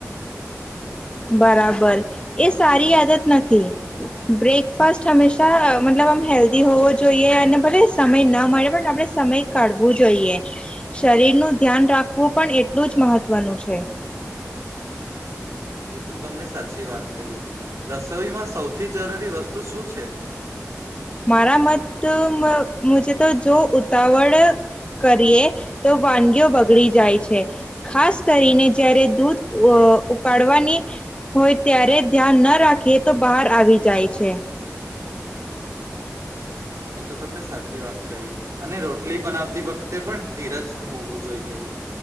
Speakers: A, on the left; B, on the right.
A: બરાબર એ સારી આદત નથી બ્રેકફાસ્ટ હંમેશા મતલબ આમ હેલ્ધી હોવો જોઈએ અને ભલે સમય ના મળે પણ આપણે સમય કાઢવું જોઈએ શરીર નું ધ્યાન રાખ વું પણ એટલું જ મહત્વનું છે.
B: એ તો તમને સાચી વાત કહી. રસોઈમાં સૌથી જરૂરી વસ્તુ શું છે.
A: મારા મત મુજ જો ઉતાવળ કરીએ તો વાનગીઓ બગડી જાય છે ખાસ કરીને જય્યારે દૂધ ઉકાળવાની હોય ત્યારે ધ્યાન ના રાખીએ તો બહાર આવી જાય છે.
B: એ તો તમને સાચી વાત કહી અને રોટલી બનાવતી વખતે પણ ધીરજ હોવું જોઈએ